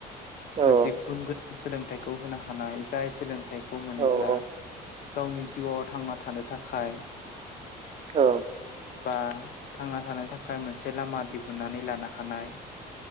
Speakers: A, on the right; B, on the left.
A: औ
B: मोनसे गुन गोनां सोलोंथाइखौ होनो हानाय जाय सोलोंथाइखौ मोनोब्ला
A: औ
B: गावनि जिउआव थांना थानो थाखाय
A: औ।
B: बा थांना थानो थाखाय मोनसे लामा दिहुननानै लानो हानाय।